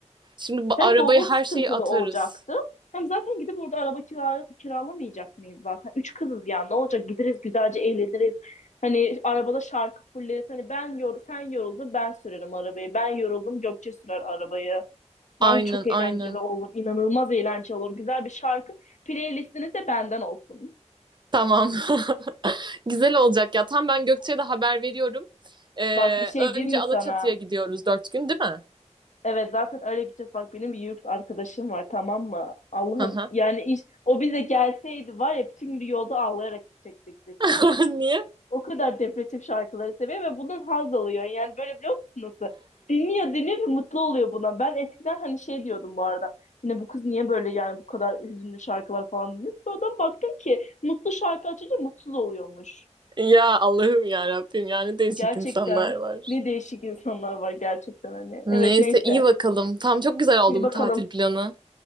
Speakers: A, on the right; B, on the left.
A: Şimdi ba-
B: Hem
A: arabaya
B: bavul sıkıntılı
A: her şeyi atarız.
B: olacaktı. Hem zaten gidip orada araba kira kiralamayacak mıyız zaten? Üç kızız yani ne olacak gideriz güzelce eğleniriz. Hani arabada şarkı fulleriz. Hani ben yor sen yoruldun ben sürerim arabayı. Ben yoruldum Gökçe sürer arabayı.
A: Aynen
B: Bence çok eğlenceli
A: aynen.
B: olur. inanılmaz eğlenceli olur. Güzel bir şarkı. Playlistiniz de benden olsun.
A: Tamam. <laughs> Güzel olacak ya. Tam ben Gökçe'ye de haber veriyorum. Ee,
B: Bak bir şey
A: önce
B: diyeyim mi
A: Alaçatı'ya
B: sana?
A: gidiyoruz dört gün değil mi?
B: Evet zaten öyle gideceğiz. Bak benim bir yurt arkadaşım var tamam mı? Allah'ım
A: Hı hı.
B: yani iş o bize gelseydi var ya bütün gün yolda ağlayarak gidecektik biz.
A: <laughs> Niye?
B: O kadar depresif şarkıları seviyor ve bundan haz alıyor. Yani böyle biliyor musun nasıl? Dinliyor dinliyor ve mutlu oluyor buna. Ben eskiden hani şey diyordum bu arada. Hani bu kız niye böyle yani bu kadar hüzünlü şarkılar falan dinliyor. Sonradan baktım ki mutlu şarkı açınca mutsuz oluyormuş.
A: Ya Allah'ım ya Rabbim yani değişik
B: Gerçekten
A: insanlar var.
B: ne değişik insanlar var gerçekten hani.
A: Neyse
B: Evet neyse.
A: iyi bakalım. Tamam çok güzel oldu
B: Bir bakalım.
A: bu tatil planı.